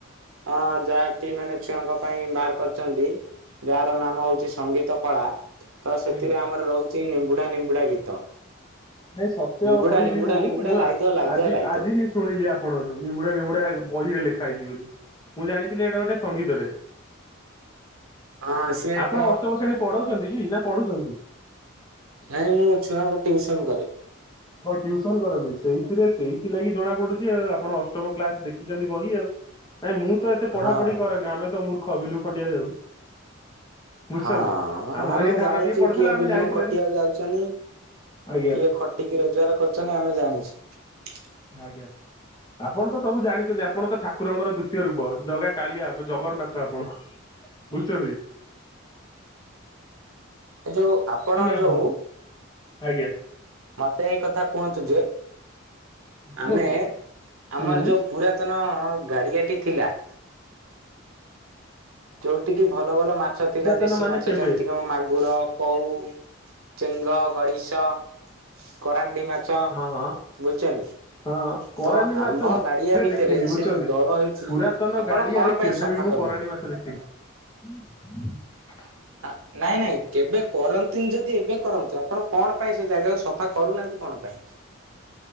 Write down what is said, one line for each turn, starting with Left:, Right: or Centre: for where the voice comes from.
Right: ହଆଁ ଯାହାକି ମାନେ ଛୁଆଙ୍କ ପାଇଁ ବାହାର କରିଛନ୍ତି। ଯାହାର ନାମ ହୋଉଛି ସଙ୍ଗୀତ କଳା ତ ସେଥିରେ
Left: ଆଜ୍ଞା
Right: ଆମର ରହୁ ଚି ନିମ୍ବୁଡା ନିମ୍ବୁଡା ଗୀତ।
Left: ନାଇ ସତ୍ୟ
Right: ନିମ୍ବୁଡା
Left: କହିବି
Right: ନିମ୍ବୁଡା
Left: ମୁଁ
Right: ନିମ୍ବୁଡା
Left: ମୁଁ
Right: ଲାଇଦୋ
Left: ଆ
Right: ଲାଇଦୋ
Left: ଆଜି
Right: ଲାଇଦୋ
Left: ଆଜି ହିଁ ଶୁଣିଲି ଆପଣଠୁ ନିିବୁଡା ନିିବୁଡା ବହିରେ ଲେଖା ହେଇଛି ବୋଲି ମୁଁ ଜାଣିଥିଲି ଏଇଟା ଗୋଟେ ସଙ୍ଗୀତ ଟେ।
Right: ହଁ ସିଏ ଏକ
Left: ଆପଣ ଅଷ୍ଟମ ଶ୍ରେଣୀ ପଢଉଛନ୍ତି କି ନା ପଢୁଛନ୍ତି?
Right: ନାଇଁ ମୁଁ ଛୁଆଙ୍କୁ ଟିଉସନ କରେ।
Left: ହୋଉ ଟ୍ୟଉସନ କରନ୍ତି ସେଇଥିରେ ସେଇଥିଲାଗି ଜଣା ପଡୁଛି ଆଉ ଆପଣ ଅଷ୍ଟମ କ୍ଲାସ ଦେଖିଛନ୍ତି ବହି ଆଉ। ନାଇଁ ମୁଁ ତ ଏତେ ପଢା
Right: ହଁ।
Left: ପଢି କରେନି ଆମେ ତ ମୂର୍ଖ ବିଲକୁ ଖଟିବାକୁ ଯାଉ। ବୁଝଛନ୍ତି
Right: ହଁ ହଁ
Left: ଆମର
Right: ଆମେ
Left: ଏଇ
Right: ଜାଣିଛୁ
Left: ଧାନ ଟିକେ ପଡିଥିଲା
Right: କିଏ
Left: ଆମେ
Right: ବିଲକୁ
Left: ଯାଇଥିଲେ
Right: ଖଟିିବାକୁ
Left: ନା
Right: ଯାଉଚନି।
Left: ଆଜ୍ଞା
Right: କିଏ ଖଟିକି ରୋଜଗାର କରିଚନ୍ତି ଆମେ ଜାଣିଚି
Left: ଆଜ୍ଞା ଆପଣ ତ ସବୁ ଜାଣିଚନ୍ତି ଆପଣ ତ ଠାକୁରଙ୍କର ଦୁତ୍ ତୀୟ ରୂପ ଜଗା କାଳିଆ ଜଗନ୍ନାଥ ଆପଣ। ବୁଝୁଚନ୍ତି।
Right: ଏ ଯୋଉ ଆପଣ
Left: ଆପଣଙ୍କୁ
Right: ଯୋଉ
Left: ଆଜ୍ଞା
Right: ମତେ ଏଇ କଥା କୁହନ୍ତୁ ଯେ
Left: କୁହନ୍ତୁ
Right: ଆମେ ଆମର
Left: ହୁଁ
Right: ଯୋଉ ପୁରାତନ ଗାଡିଆଟି ଥିଲା ଯୋଉଟି କିି ଭଲ ଭଲ ମାଛ ଥିଲା
Left: ପୁରାତନ
Right: ଦେଶୀ
Left: ମାନେ
Right: ମାଛ
Left: କେବେ
Right: ଯେମିତିକି ଆମ ମାଗ୍ ଗୁର କଉ ଚେଙ୍ଗ ଗଡିଶ କରାନ୍ ଣ୍ଡି ମାଛ
Left: ହଁ ହଁ
Right: ବୁଝୁଚନ୍ତି।
Left: ହଁ କରାଣ୍ଡି
Right: ତ
Left: ମାଛ
Right: ଆମ
Left: ମୁଁ
Right: ଗାଡିଆ
Left: କେବେ
Right: ଭିତରେ
Left: ଦେଖିନି ବୁଝୁଛନ୍ତି
Right: ସେ ଯୋଉ ଦଳ ହେଇଚି
Left: ପୁରାତନ
Right: ଆପଣ
Left: ଗାଡିଆରେ
Right: କଣ ପାଇଁ
Left: କେବେ
Right: ସଫା
Left: ବି ମୁଁ
Right: କରୁ
Left: କରାଣ୍ଡି ମାଛ ଦେଖିନି।
Right: ଆ ନାଇଁ ନାଇଁ କେବେ କରନ୍ତିନି ଯଦି ଏବେ କରନ୍ତୁ ଆପଣ କଣ ପାଇଁ ସେ ଜାଗାକୁ ସଫା କରୁନାହାନ୍ତି କଣ ପାଇଁ?